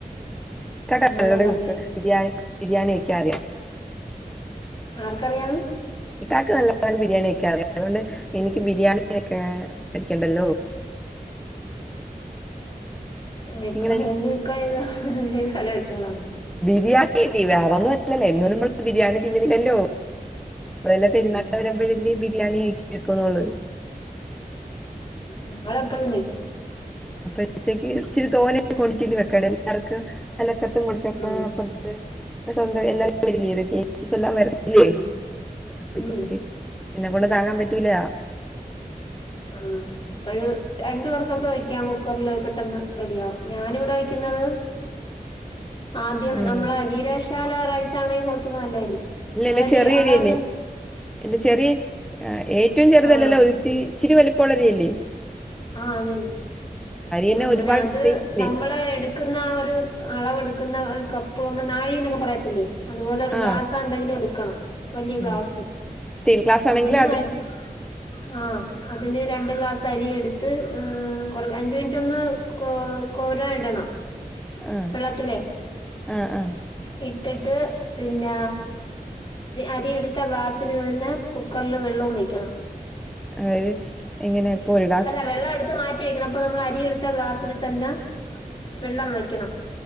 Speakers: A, in the centre; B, on the left (about 35°).
A: <unintelligible>
B: എന്നാ ഞാൻ പറഞ്ഞുതരാം
A: കുക്ക് ബിരിയാണി ബിരിയാണി ഒക്കെ അറിയാം
B: ആർക്കറിയാന്ന്
A: ഇക്കാക്ക് നല്ലോണം ബിരിയാണി വെക്കാറിയ അതുകൊണ്ട് എനിക്ക് ബിരിയാണി വെക്കാൻ പഠിക്കണ്ടല്ലോ
B: ആ ഇക്കാ
A: നിങ്ങൾ എനിക്ക്
B: എന്നും ഇക്കാ ചെയ് ചെയ്താലേ പറ്റൊള്ളൂ അങ്ങനെ
A: ബിരിയാണിയല്ലേ വേറെ ഒന്നും അല്ലല്ലോ എന്നും നമ്മള് ബിരിയാണി തിന്ന്ണില്ലല്ലോ അളെല്ലാം
B: ഉം
A: പെരുന്നാൾ വരമ്പഴല്ലേ ബിരിയാണി വെക്കുന്നുള്ളു
B: ഞങ്ങൾ എപ്പഴും വെക്കും
A: അത്തേക്ക് ഇച്ചിരി തോനെ ക്വാണ്ടിറ്റിൽ വെക്ക എല്ലാർക്കും അലക്കത്തും കൊടുക്ക
B: ഉം
A: അപ്പുറത്ത് സര്യം എല്ലും വരില്ല എല്ലാം വരുന്നില്ലേ
B: ഉം
A: അ
B: ഉം
A: എന്നെ കൊണ്ട് താങ്ങാൻ പറ്റൂല
B: ആ അപ്പോഴ് രണ്ടു പേർക്കൊക്കെ വ യ്ക്കാൻ കുക്കറിൽ പെട്ടെന്ന് റെഡിയ ആകും ഞാാനിവിടെ വയ്ക്കുന്നത് ആദ്യം
A: ഉം
B: നമ്മള് ജീരക ശാല റൈസ ആണെങ്കിൽ കൊറച്ചൂടി നല്ലായിരിക്കും
A: ഇല്ല
B: അതല്
A: ഇല്ല ചെറിയ
B: അതല്ല
A: അരിയല്ലേ ഇല്ല ചെറിയ ഏറ്റവും ചെറുതല്ലല്ല
B: ആഹ്
A: ഒരുത്തി ഇച്ചിരി വലിപ്പോള്ള അരി അല്ലെ
B: ആ അതന്നെ
A: തന്നെ
B: അങ്ങനെ
A: ഒരുപാട്
B: അത്
A: ടൈപ്പില്ലേ
B: നമ്മള് എടു എടുക്കുന്ന ആ ഒരു അളവെടുക്കുന്ന ഒരു കപ്പ് നമ്മൾ നാഴി എന്നൊക്കെ പറയത്തില്ലേ അതുപോലെ ഒരു ഗ്ലാസ്സാ
A: ആഹ്
B: ന്തെങ്കിലും എടുക്കണം വലിയ ഗ്ലാസ്
A: ഉം സ്റ്റീൽ ഗ്ലാസ് ആണെങ്കിൽ
B: അതിന് അരി ആ അതിന് രണ്ട് ഗ്ലാസ്‌ സരിയ എടുത്ത് കൊറ അഞ്ച് മിനിറ്റ് ഒന്ന് കോ കോരം ഇടണം
A: ആഹ
B: വെള്ളത്തിലേ
A: ആഹ ആഹ
B: ഇട്ടിട്ട് പിന്ന അരി എടുത്ത ഗ്ലാസിന് തന്നെ കുക്കറിൽ വെള്ള വെക്കണം
A: അതായത് എങ്ങനെ ഇപ്പൊ ഒരു ഗ്ലാസ്
B: വെള്ള വെള്ളം എടുത്തു മാറ്റി പ്പ നമ്മൾ അരിയെടുത്ത ഗ്ലാസ്സിൽ തന്നെ വെള്ളം വെക്ക്ണം